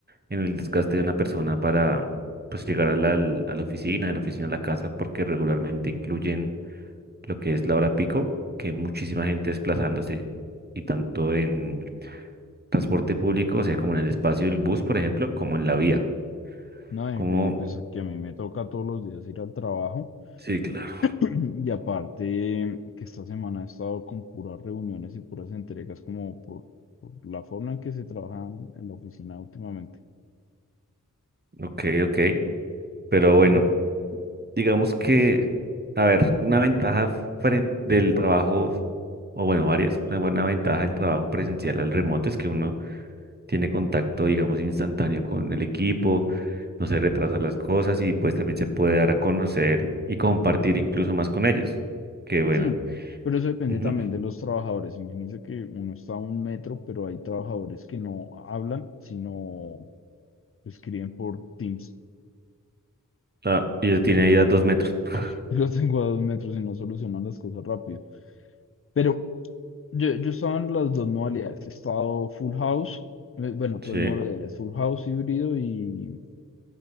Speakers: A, on the right; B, on the left.
A: en el desgaste de una persona para pues llegar a la, al- a la oficina, de la oficina a la casa, porque regularmente incluyen lo que es la hora pico, que hay muchísima gente desplazándose, y tanto en transporte público, o sea, como en el espacio del bus, por ejemplo, como en la vía.
B: No,
A: Como...
B: y y pues que a mí me toca todos los días ir al trabajo.
A: Sí, claro.
B: <clears throat> Y aparte que esta semana he estado con puras reuniones y puras entregas como por, por la forma en que se trabaja en en la oficina últimamente.
A: Ok, ok. Pero bueno.
B: Pero
A: Digamos
B: u-
A: que, a ver, una ventaja frente del trabajo, o bueno, varias, una buena ventaja del trabajo presencial al remoto es que uno tiene contacto, digamos, instantáneo con el equipo, no se retrasan las cosas y pues también se puede dar a conocer y compartir incluso más con ellos. Que bueno.
B: sí, pero eso depende
A: ujú.
B: también de los trabajadores. Imagínense que uno está a un metro, pero hay trabajadores que no hablan, sino escriben por Teams.
A: Ah, y ya tiene ahí a dos metros. <laughs>
B: <laughs> Yo los tengo a dos metros y no solucionan las cosas rápido. Pero yo, yo estaba en las dos modalidades. He estado full house, eh, bueno,
A: Sí.
B: tres modalidades, full house híbrido y,